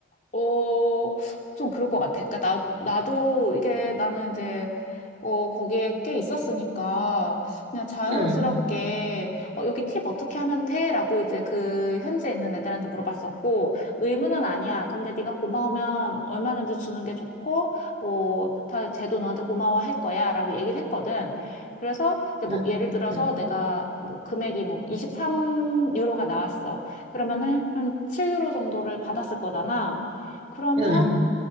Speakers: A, on the left; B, on the right.
A: 어, 좀 그럴 것 같아. 그러니까 나, 나도 이게 나는 이제, 어, 거기에 꽤 있었으니까, 그냥 자연스럽게,
B: 음,
A: 어, 여기 팁 어떻게 하면 돼? 라고 이제 그 현지에 있는 애들한테 물어봤었고, 의무는 아니야. 근데 네가 고마우면 얼마든지 주는 게 좋고, 뭐, 다, 쟤도 너한테 고마워할 거야. 라고 얘기를 했거든. 그래서 이제 뭐
B: 음,
A: 예를 들어서
B: 음,
A: 내가 뭐 금액이 뭐 23유로가 나왔어. 그러면은 한 7유로 정도를 받았을 거잖아. 그러면
B: 음.